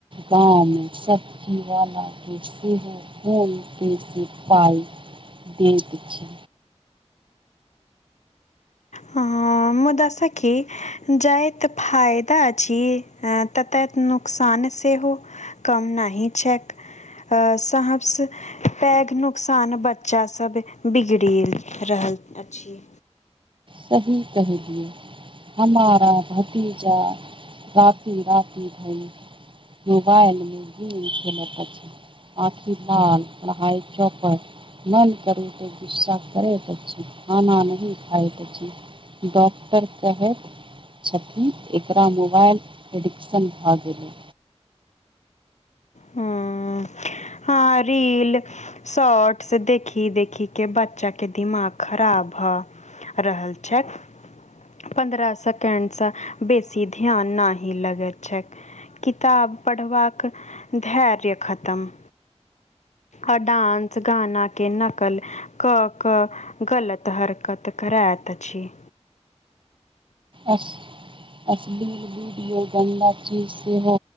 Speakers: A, on the right; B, on the left.
A: गाँव मे सब्जीवाला के सेहो फोन पे से पाइ देत छी।
B: हँ, मुदा सखी जाएते फायदा अछी हैं ततयत नुकसान सेहो कम नाहि छैक आ सबसे पैघ नुकसान बच्चा सब बिगड़ि रहल अछि।
A: सही कहेलियै। हमारा भतीजा राती-राती भईर मोबाइल में गेम खेलत अछि। आंखी लाल पढाइ चौपट मन करू तऽ गुस्सा करैत अछि खाना नहि खाइत अछि। डॉक्टर कहैत छथिन एकरा मोबाइल एडिक्शन भऽ गेलै
B: हूँ, हँ रील शॉट्स देखी देखीके बच्चा के दिमााग खराब भ रहल छथि। पन्द्रह सेकडसँ बेसी ध्यान ना ही लगैत छै। किताब पढ़बाक धैर्य खतम आ डांस गाना के नकल कऽ कऽ गलत हरकत करैत अछी।
A: अश्लील वीडियो गन्दा चीज सेहो